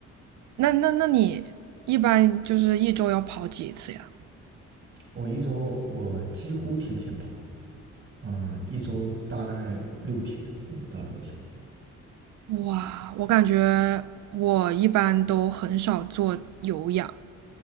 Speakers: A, on the right; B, on the right.
A: 那那那你一般就是一周要跑几次呀？
B: 我一周我几乎天天跑，嗯、呃一周大概六天，五到六天，啊、
A: 哇，我感觉我一般都很少做有氧，